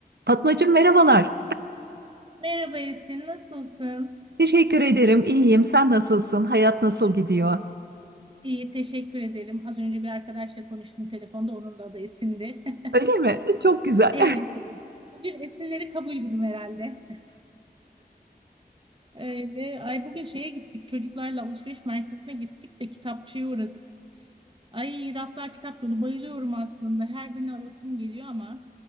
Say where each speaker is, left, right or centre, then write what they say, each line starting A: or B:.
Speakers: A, on the right (about 85°); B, on the right (about 30°).
A: Fatmacığım merhabalar.
B: Merhaba Esin, nasılsın?
A: Teşekkür ederim. İyiyim. Sen nasılsın? Hayat nasıl gidiyor?
B: İyi, teşekkür ederim. Az önce bir arkadaşla konuştum telefonda, onun da adı Esin'di. <laughs>
A: Öyle mi? Çok güzel.
B: Evet, bugün Esinleri kabul günüm herhalde. Öyle. Ay bugün şeye gittik, çocuklarla alışveriş merkezine gittik de kitapçıya uğradık. Ay raflar kitap dolu bayılıyorum aslında. Her birini alasım geliyor ama